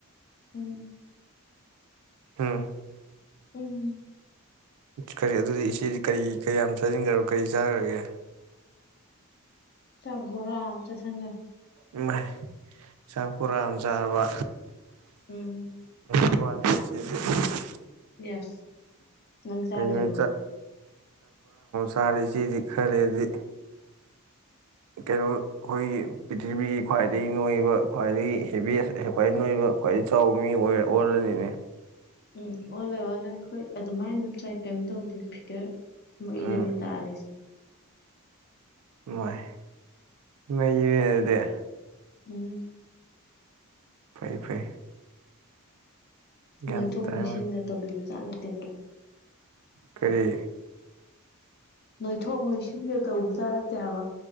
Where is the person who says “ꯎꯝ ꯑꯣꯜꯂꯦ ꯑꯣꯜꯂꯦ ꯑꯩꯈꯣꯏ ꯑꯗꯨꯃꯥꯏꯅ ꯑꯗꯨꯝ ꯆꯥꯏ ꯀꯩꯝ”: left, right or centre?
Left